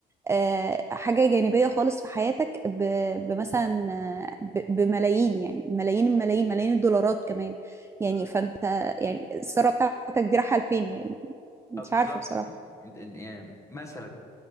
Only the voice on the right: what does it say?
آه، حاجه جانبيه خالص في حياتك ب- بمثلا آه، ب- بملايين يعني ملايين الملايين ملايين الدولارات كمان يعني فانت يعني الثروه بتاعتك دي رايحه لفين يعني مش
عارفه بصراحه